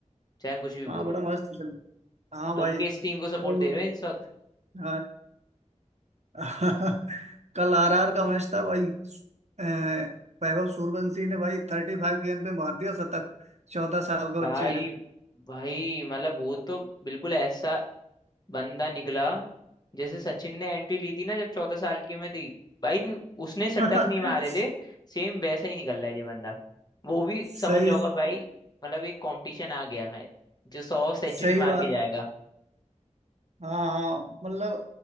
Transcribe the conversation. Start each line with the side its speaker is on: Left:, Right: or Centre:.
Left: चाहे हम कुछ भी बोलो
Right: हाँ बड़ा मस्त चल हाँ
Left: तुम
Right: भाई
Left: किस टीम को सपोर्ट
Right: कल
Left: दे रहे हो इस वक्त
Right: हाँ <laughs> कल आरआर का मैच था भाई अ, वैभव सूर्यवंशी ने भाई थर्टी फाइव गेंद पे मार दिया शतक चौदह साल के
Left: भाई
Right: बच्चे ने
Left: भाई मतलब वो तो बिल्कुल ऐसा बंदा निकला जैसे सचिन ने एंट्री ली थी ना जब चौदह साल की उम्र थी भाई दी- उसने शतक
Right: <laughs>
Left: नहीं मारे थे सेम वैसा ही निकल रहा है ये बंदा वो भी
Right: सही
Left: समझ जाओगा भाई मतलब एक कंपटीशन आ गया मैं जो सौ सेंचुरी
Right: सही
Left: मार
Right: बात
Left: के जाएगा
Right: हाँ हाँ मतलब